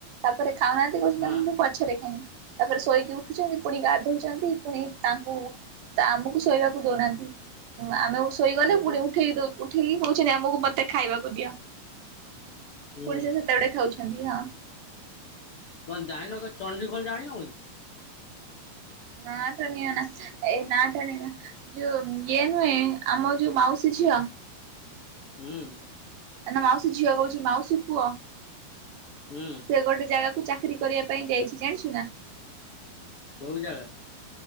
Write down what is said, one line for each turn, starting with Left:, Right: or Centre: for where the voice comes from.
Right: ତାପରେ ଖାଉନାହାନ୍ତି ସେ କହୁଛନ୍ତି
Left: ହଁ
Right: ମୁଁ ପଛରେ ଖାଇବି ତାପରେ ଶୋଇକି ଉଠୁଛନ୍ତି ପୁଣି ଗାଧଉଛନ୍ତି ପୁଣି ତାଙ୍କୁ ତ ଆମକୁ ଶୋଇବାକୁ ଦଉନାହାନ୍ତି। ଆମେ ଶୋଇଗଲେ
Left: ଏ
Right: ପୁଣି
Left: ତୁ
Right: ଉଠେଇ ଉଠିକି କହୁଛନ୍ତି ଆମକୁ ମତେ ଖାଇବାକୁ ଦିଅ
Left: ହୁଁ
Right: ପୁଣି ସେ ସେତେବେଳେ ଖାଉଛନ୍ତି ହଁ।
Left: କଣ ଜାଣିନ କି ଚଣ୍ଡିଖୋଲ ଜାଣିହଉନି?
Right: ନା ଟା ନିଅନା ଏ ନାଟଣୀ ନା <unintelligible> ଯୋଉ ଇଏ ନୁହେଁ ଆମର ଯୋଉ ମାଉସୀ ଝିଅ।
Left: ହୁଁ।
Right: ନା ନା ମାଉସୀ ଝିଅ କହୁଛି ମାଉସୀ ପୁଅ।
Left: ହୁଁ।
Right: ସେ ଗୋଟେ ଜାଗାକୁ ଚାକିରି କରିବା ପାଇଁ ଯାଇଛି ଜାଣିଛୁ ନା?
Left: କୋଉ ଜାଗା?